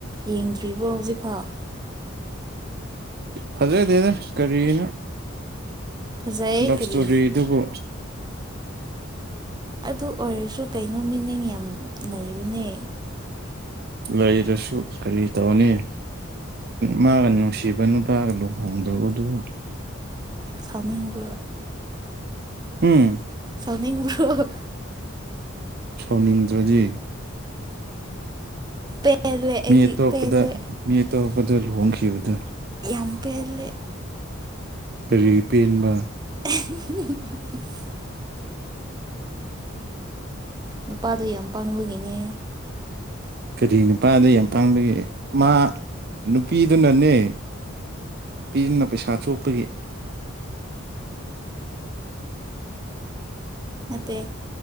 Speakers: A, on the right (about 20°); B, on the right (about 50°).
A: ꯌꯦꯡꯗ꯭ꯔꯤꯕꯣ ꯍꯧꯖꯤꯛꯐꯥꯎ
B: ꯐꯖꯗꯦꯅꯦ ꯀꯔꯤꯅꯣ
A: ꯐꯖꯩ
B: ꯂꯞ
A: ꯀꯔꯤ
B: ꯏꯁꯇꯣꯔꯤ ꯑꯗꯨꯕꯨ
A: ꯑꯗꯨ ꯑꯣꯏꯔꯁꯨ ꯀꯩꯅꯣ ꯃꯤꯅꯤꯡ ꯌꯥꯝ ꯂꯩꯕꯅꯦ
B: ꯂꯩꯔꯁꯨ ꯀꯔꯤ ꯇꯧꯅꯤ ꯃꯥꯒ ꯅꯨꯡꯁꯤꯕ ꯅꯨꯄꯥꯒ ꯂꯨꯍꯣꯡꯗꯕꯗꯨꯕꯨ
A: ꯁꯃꯤꯒꯤ
B: ꯎꯝ
A: ꯇꯧꯅꯤꯡꯔꯣ
B: ꯁꯧꯅꯤꯗ꯭ꯔꯖꯤ
A: ꯄꯦꯜꯂꯦ
B: ꯃꯤ
A: ꯑꯩꯗꯤ
B: ꯑꯇꯣꯄꯗ
A: ꯄꯦꯜꯂꯦ
B: ꯃꯤ ꯑꯇꯣꯞꯄꯗ ꯂꯨꯍꯣꯡꯈꯤꯕꯗꯨ
A: ꯌꯥꯝ ꯄꯦꯜꯂꯦ
B: ꯀꯔꯤ ꯄꯦꯟꯕ
A: <unintelligible> ꯅꯨꯄꯥꯗꯣ ꯌꯥꯝ ꯄꯥꯡꯕꯒꯤꯅꯦ
B: ꯀꯔꯤ ꯅꯨꯄꯥꯗ ꯌꯥꯝ ꯃꯇꯥꯡꯗꯒꯤ ꯃꯥ ꯅꯨꯄꯤꯗꯨꯅꯅꯦ ꯅꯨꯄꯤꯗꯨꯅ ꯄꯩꯁꯥ ꯊꯣꯛꯄꯒꯤ
A: ꯅꯇꯦ